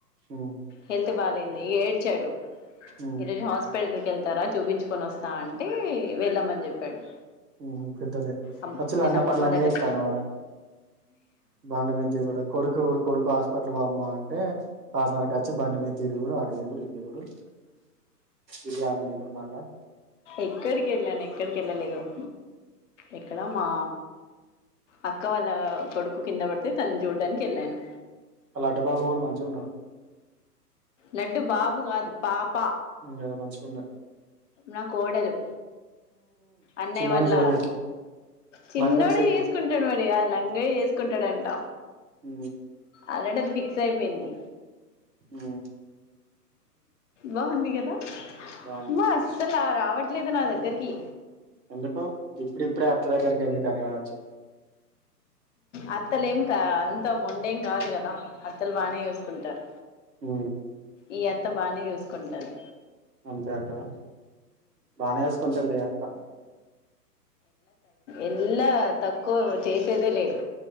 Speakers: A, on the right; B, on the left.
A: ఉమ్
B: హెల్త్ బాలేంది ఏడ్చాడు
A: ఉమ్
B: ఈ రోజు హాస్పిటల్కి వెళ్తారా చూపించుకొని వస్తా అంటే వెళ్ళామని చెప్పాడు
A: ఉహు పెద్దది
B: అమ్
A: పచ్చల
B: నేను
A: అన్ని
B: అమ్మమ్మ
A: పనులన్ని
B: దగ్గర
A: చేత్తన్నవార బండి మీద తిరుగుడు కొడుకు కొడుకు హాస్పిటల్ బ అమ్మా అంటే కాసరకు వచ్చి బండి మీద తిరుగుడు ఆటు తిరుగుడు ఇటు తిరుగుడు ఇది ఆనందం కూడా మళ్ళ
B: ఎక్కడికి వెళ్ళను ఎక్కడికి ఆ ఎక్కడ మా అక్క వాళ్ళ కొడుకు కింద పడితే తను చూడ్డానికి వెళ్ళాను
A: ఆ లడ్డుబాబు వాళు మంచి ఉన్నాడు
B: లడ్డు బాబు కాదు పాప్
A: లేదా మంచిగ ఉండ
B: నా కోడలు అన్నయ్య
A: చిన్నోని
B: వాళ్ళ
A: సైడ్
B: చిన్నోడే
A: లంగకి సైడ్
B: చేసుకుంటాడు మడి లంగ చేసుకుంటాడుం
A: అ
B: ఆల్రెడీ అది ఫిక్స్ అయిపోయింది
A: ఓ
B: బగుంది కదా
A: బాగుంది
B: మ అస్సలు రావట్ ట్లేదు నా దగ్గరికి
A: ఎందుకు ఇప్పుడి ఇప్పుడే అత్త దగ్గరకి ఎందుకుని కావచ్చు
B: అత్తలే ఏం కా అంత మొండేం కాదు కదా అత్తలు బాగానే చూసుకుంటారు
A: ఉ
B: ఈ అత్త బానే చూసుకుంటుంది
A: అంతే అంటావా బానే వేసుకుంటుంది లే అత్త
B: ఎలా తక్కువ చేసేదే లేదు